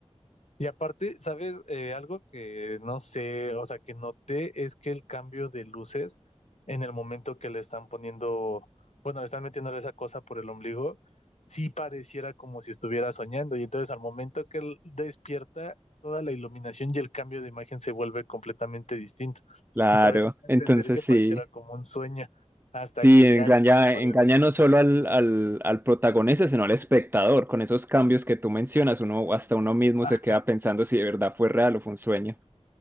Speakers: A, on the left; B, on the right.
A: Y aparte, ¿sabes? Eh, algo que no sé, o sea, que noté es que el cambio de luces en el momento que le están poniendo, bueno, le están metiendo esa cosa por el ombligo, sí pareciera como si estuviera soñando. Y entonces al momento que él despierta, toda la iluminación y el cambio de imagen se vuelve completamente distinto.
B: Claro,
A: Entonces, sí puedo
B: entonces
A: entender que
B: sí,
A: pareciera como un sueño hasta
B: sí,
A: que
B: engaña,
A: ya llegaron por
B: engaña
A: él.
B: no solo al, al, al protagonista, sino al espectador, con esos cambios que tú mencionas, uno hasta uno mismo
A: Ah,
B: se queda pensando si de verdad fue real o fue un sueño.